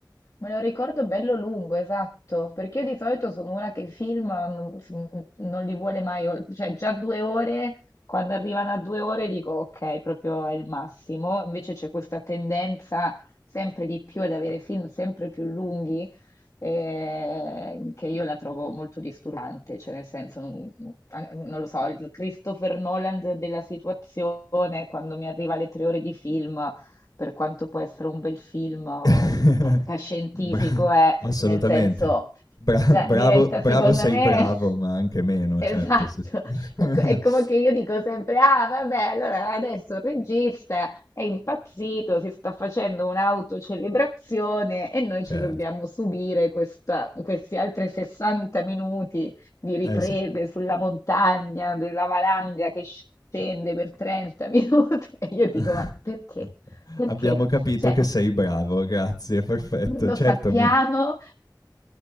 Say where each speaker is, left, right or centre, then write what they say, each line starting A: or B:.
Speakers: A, on the left; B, on the left.
A: Me lo ricordo bello lungo, esatto, perché io di solito sono una che i film non, non li vuole mai, ol- cioè già due ore, quando arrivano a due ore dico ok, proprio è il massimo, invece c'è questa tendenza sempre di più ad avere film sempre più lunghi, eh, che io la trovo molto disturbante, cioè nel senso, non, a- non lo so, il Christopher Nolan de- della situazione, quando mi arriva alle tre ore di film, per quanto può essere un bel film o
B: <laughs>
A: un fantascientifico,
B: Bra <laughs>
A: è
B: assolutamente.
A: nel senso,
B: Bra
A: la-
B: bravo
A: diventa
B: bravo
A: secondo
B: sei
A: me
B: bravo,
A: <laughs>
B: ma anche meno,
A: esatto.
B: certo, sì, sì. <laughs>
A: È, co- è come che io dico sempre: Ah, vabbè, allora adesso il regista è impazzito, si sta facendo un'autocelebrazione e noi
B: Certo,
A: ci dobbiamo subire questa- questi altri 60 minuti di riprese
B: eh sì.
A: sulla montagna, della valanga che scende per 30 minuti. <laughs> E io
B: <laughs>
A: dico: Ma perché? Perché?
B: Abbiamo capito
A: Cioè
B: che sei bravo, grazie, perfetto.
A: lo
B: Certo,
A: sappiamo,
B: mi